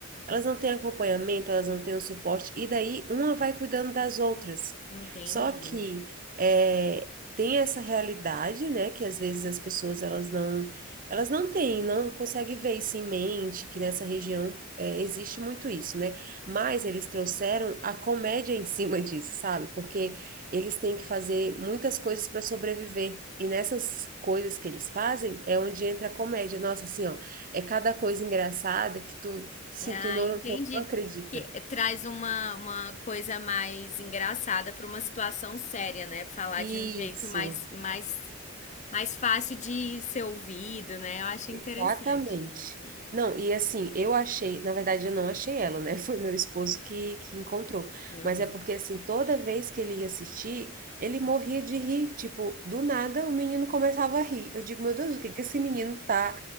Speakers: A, on the right (about 40°); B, on the left (about 35°).
A: Elas não têm acompanhamento, elas não têm o suporte, e daí uma vai cuidando das outras.
B: Entendi.
A: Só que é, tem essa realidade, né, que às vezes as pessoas elas não elas não têm, não conseguem ver isso em mente, que nessa região é, existe muito isso, né? Mas eles trouxeram a comédia em cima <laughs> disso, sabe? Porque eles têm que fazer muitas coisas para sobreviver. E nessas coisas que eles fazem é onde entra a comédia. Nossa, assim, ó, é cada coisa engraçada que tu, se
B: Ah,
A: tu não,
B: entendi.
A: tu não acredita.
B: Que traz uma, uma coisa mais engraçada pra uma situação séria, né? Falar
A: Isso.
B: de um jeito mais, mais, mais fácil de ser ouvido, né? Eu acho
A: Exatamente.
B: interessante isso.
A: Não, e assim, eu achei, na verdade eu não achei ela, né? <laughs> Foi meu esposo que, que encontrou.
B: Uhum.
A: Mas é porque, assim, toda vez que ele ia assistir, ele morria de rir. Tipo, do nada o menino começava a rir. Eu digo, meu Deus, o que que esse menino tá,